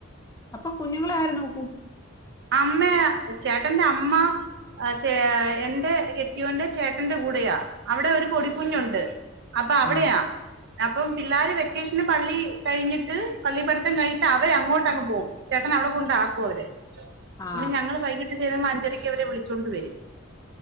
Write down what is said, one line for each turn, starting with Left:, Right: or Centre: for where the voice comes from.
Left: അപ്പൊ കുഞ്ഞുങ്ങള ആരു നോക്കൂ
Right: അമ്മ ചേട്ടന്റെ അമ്മ ആഹ് ചേ എന്റെ കെട്ടിയോന്റെ ചേട്ടന്റെ കൂടെയാ അവിടെ ഒരു പൊടിക്കുഞ്ഞുണ്ട് അപ്പ അവിടെയാ
Left: ആ
Right: അപ്പം പിള്ളാര് വെക്കേഷൻ പള്ളി കഴിഞ്ഞിട്ട് പള്ളിപ്പടുത്തം കഴിഞ്ഞിട്ട് അവര് അങ്ങോട്ട് അങ്ങ് പോകും ചേട്ടന് അവിടെ കൊണ്ടാക്കും അവര്
Left: ആ
Right: പിന്നെ ഞങ്ങൾ വൈകിട്ട് ചെല്ലുമ്പേ അഞ്ചരയ്ക്ക് അവരെ വിളിച്ചൊണ്ട് വരും